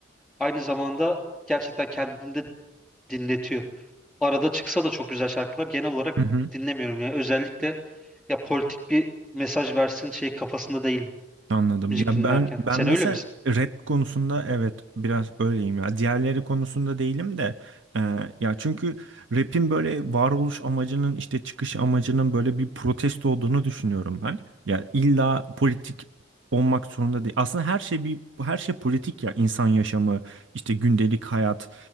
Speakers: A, in the centre; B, on the right (about 70°).
A: aynı zamanda gerçekten kendini de dinletiyor. arada çıksa da çok güzel şarkılar genel olarak
B: <laughs>
A: dinlemiyorum ya. Özellikle ya politik bir mesaj versin şey kafasında değilim
B: Anladım.
A: müzik
B: Ya
A: dinlerken.
B: ben ben
A: Sen
B: mesela
A: öyle misin?
B: rap konusunda evet biraz öyleyim ya. Diğerleri konusunda değilim de e, ya çünkü rap'in böyle varoluş amacının işte çıkış amacının böyle bir protesto olduğunu düşünüyorum ben. Ya illa politik olmak zorunda değil. Aslında her şey bir her şey politik ya insan yaşamı, işte gündelik hayat